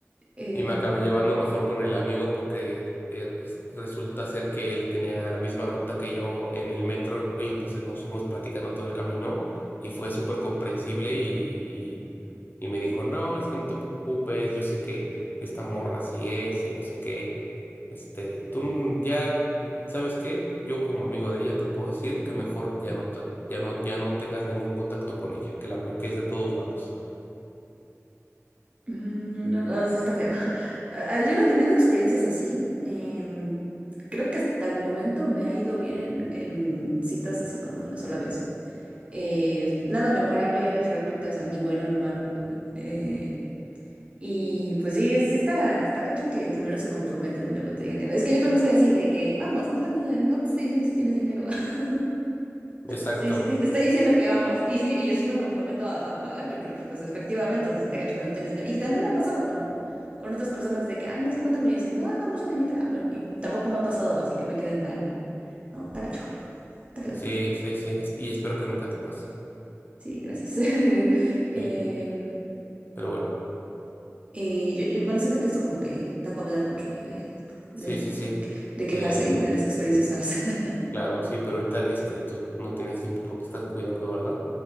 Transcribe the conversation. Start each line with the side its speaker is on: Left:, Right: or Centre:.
Right: Eh,
Left: Y me acabé llevando mejor con el amigo porque eh, res- resulta ser que él tenía la misma ruta que yo en el metro y entonces nos fuimos platicando todo el camino y fue súper comprensible y, y- y me dijo, no, es que no te preocupes, yo sé que esta morra así es y no sé qué. Este, tú n- ya, ¿sabes qué? Yo como amigo de ella te puedo decir que mejor ya no, te- ya no, ya no tengas ningún contacto con ella, que la bloquees de todos lados.
Right: Mm, No, no, sí está feo. <laughs> Ah, ah, Yo no he tenido experiencias así. em, creo que hasta el momento me ha ido bien en, en citas así como de una sola vez. Eh, nada memorable realmente, o sea, ni bueno ni malo. eh, y pues sí, sí está, está gacho que primero se comprometan y luego te digan que no. Es que yo también soy así de que, vamos, no, también, no te estoy diciendo si tienes dinero. <laughs>
Left: Exacto.
Right: Sí, sí, <laughs> te estoy diciendo que vamos. Y sí, y yo sí me comprometo a, a pagarle, porque pues efectivamente se siente gacho cuando no tienes dinero. Y también me ha pasado con, con otras personas de que, ay, no es que no tengo dinero. Y dicen, no, vamos, yo te invito. Ah, bueno, y tampoco me ha pasado, así que me queden mal. No, está gacho, está feo.
Left: Sí, sí, sí. es- Y espero que nunca te pase.
Right: Sí, gracias. <laughs>
Left: Sí,
Right: Em,
Left: pero bueno.
Right: y yo- yo, bueno, siento que esto como que da para hablar mucho eh, de,
Left: Sí, sí, sí.
Right: de quejarse
Left: Eh,
Right: y de las experiencias malas. <laughs>
Left: claro, sí, pero ahorita este, tú no tienes tiempo porque estás cuidando, ¿verdad?